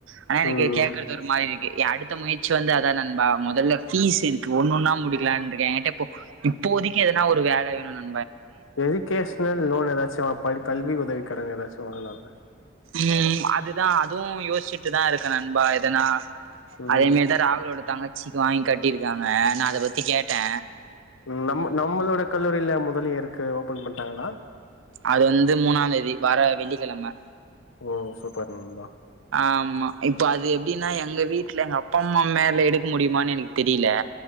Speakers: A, on the right; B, on the left.
A: ஆனா எனக்கு
B: ம்
A: கேக்குறது ஒரு மாரி இருக்கு எ எ அடுத்த முயற்சி வந்து அதா நண்பா முதல்ல பீஸ் இருக்கு ஒண்ணு ஒன்னா முடிக்கலான்ருக்கே என்கிட்ட இப்போ இப்போதிக்கு எதனா ஒரு வேல வேணு நண்
B: எஜுகேஷனல் லோன் ஏதாச்சு வா படி கல்வி உதவி கடன் ஏதாச்சு வாங்களால
A: ம் ம் அதுதா அதுவு யோசிச்சுட்டு தா இருக்க நண்பா எதனா
B: ம்
A: அதே மாரிதா ராகுலோட தங்கச்சிக்கு வாங்கி கட்டிருக்காங்க நா அத பத்தி கேட்டே
B: ம் நம்ம நம்மளோட கல்லூரில முதலியருக்கு ஓபன் பண்டாங்களா
A: அது வந்து மூணாந்தேதி வர வெள்ளிக்கிழம
B: ஓ சூப்பர் நண்பா
A: ஆமா இப்ப அது எப்டினா எ எங்க வீட்ல எங்க அப்பா அம்மா மேல எடுக்க முடியுமானு எனக் தெரில